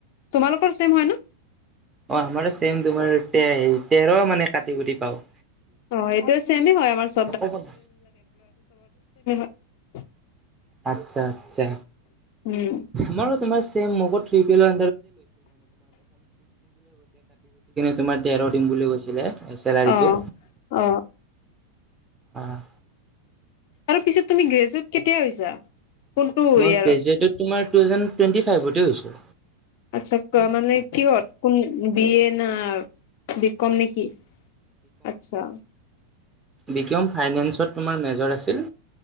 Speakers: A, on the left; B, on the right.
A: তোমালোকৰ চেম হয় ন
B: অ আমাৰো চেম তোমাৰ তে তেৰ মানে কাটি কুটি পাও
A: অ সেইটো চেম হয় আমাৰব
B: নক'ব না
A: <unintelligible> <unintelligible>
B: আচ্ছা আচ্ছা
A: উম
B: আমাৰো তোমাৰ চেম <unintelligible> গু গুটি কিনে তোমাৰ তেৰ দিম বুলি কৈছিলে চেলাৰীটো
A: অ অ
B: আহ
A: আৰু পিছত তুমি গ্ৰেজট কেতিয়া হৈছা কোনটো
B: মই
A: ইয়াৰত
B: গ্ৰেজুৱেটত তোমাৰ টু থাউজেণ্ড টুৱেণ্টি ফাইভতে হৈছোঁ
A: আচ্ছা মানে কিহত কোন বি এ না বি কম নেকি আচ্ছা
B: বিকম ফাইনেন্সত তোমাৰ মেজৰ আছিল